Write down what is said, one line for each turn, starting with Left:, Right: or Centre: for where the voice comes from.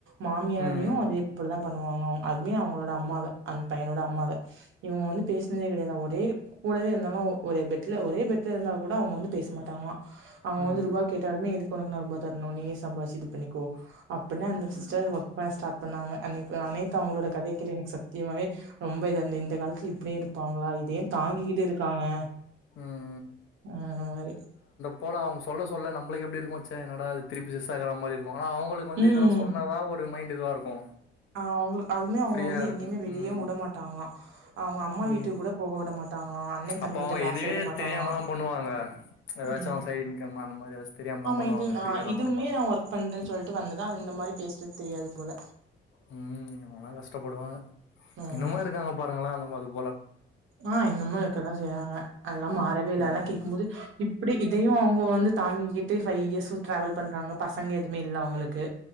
Right: மாமியாரையு
Left: ம்
Right: அதே போலதா பண்ணுவாங்கால அவுங்க அதுமே அவுங்களோட அம்மாவ அண்ட் பையனோட அம்மாவ இவுங்க வந்து பேசுனதே கெடையாதா ஒரே கூடவே இருந்தாலு ஒ ஒரே பெட்ல ஒரே பெட் ல இருந்தா கூட அவுங்க வந்து பேச மாட்டாங்களா அவுங்க
Left: ம்
Right: வந்து ரூபா கேட்டாலுமே எதுக்கு ஒனக்கு நா ரூபா தரணு நீயே சம்பாத்ச்சு இது பண்ணிக்கோ அப்டின்னு அந்த
Left: ம்
Right: சிஸ்டர் ஒர்க் பண்ண ஸார்ட் பண்ணாங்க அன்னைக் அனைத்து அவுங்களோட கதைய கேட்டு எனக்கு சத்தியமாவே ரொம்ப இதுவாந்து இந்த காலத்துல இப்டியு இருப்பாங்களா இதையு தாங்கி க்கிட்டு இருக்காங்க
Left: உம்
Right: ம் அது மாரி
Left: போலா அவுங்க சொல்ல சொல்ல நம்பளுக்கு எப்டி இருக்கு ச்ச என்னடாயிது திருப்பி செஸ் ஆகுற மாரி இருக்கு வாங்கலா அவுங்களுக்கு வந்து
Right: ம்
Left: இதெல்லா சொன்னாதா ஒரு மைண்ட்டு இதுவா இருக்கு
Right: அ அவுங்களுக் அதுவுமே அவுங்க
Left: ஃப்ரீயா
Right: வந்து
Left: இருக்கு
Right: எங்கேயுமே வெளியே
Left: ம்
Right: வுட மாட்டாங்களா அவுங்க அம்மா
Left: ம்
Right: வீட்டுக்கு கூட போக விட மாட்டாங் ங்களா அண்ணே தம்பிக்கிட்ட
Left: அப்ப அவங்க
Right: பேச
Left: இதுவே
Right: விட மாட்டாங்களா
Left: தெரியாம தா பண்ணுவாங்க ஏதாச்சு
Right: ம்
Left: அவங்க சைடு இன்கம் அந்த மாரி ஏதாச்சு தெரியாம தா
Right: ஆமா
Left: பண்ணுவாங்க
Right: இது ஆ
Left: ஃப்ரீயாலா
Right: இதுவுமே
Left: பண்ண மாட்டாங்க
Right: நா ஒர்க் பண்றேன்னு சொல்ட்டு வந்துதா அத இந்த மாரி பேஸ் ட்டு தெரியாது போல
Left: ம் ம் அவல்லா கஷ்டப்படுவாங்க
Right: என்னமோ
Left: இன்னுமு இருக்காங்க பாருங்களே அந்தமாதுவு
Right: ஆ இன்னுமு இருக்கதா செய்றாங்க அதெல்லாம் மாறவேல
Left: ம்
Right: அதல்லா கேக்கும்போது இப்டி இதையு அவுங்க வந்து தாங்கிக்கிட்டு ஃபைவ் இயர்ஸ் டிரராவல் பண்றாங்க பசங்க எதுமே இல்ல அவங்களுக்கு